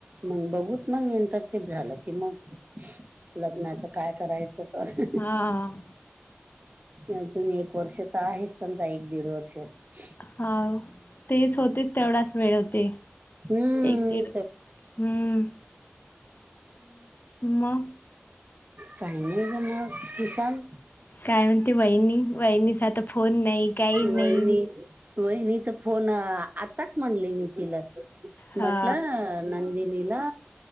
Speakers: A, on the right; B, on the left.
A: मग बघूत मग इंटरशिप्ट झालं की मग. लग्नाचं काय करायचं अह अह
B: आ
A: अजून एक वर्ष तर आहे समजा एक दीड वर्षात
B: हा तेच होतेच तेवढाच वेळ होते
A: हम्म
B: एक दीड म मग
A: काही नाहीणार किसाल
B: काय म्हणते वहिणी वहिणीचा आता फोन नाही काही
A: वहिनी
B: नाही
A: वहिनी तर फोन आताच म्हणली मी तिला
B: हा
A: म्हटलं नंदिनीला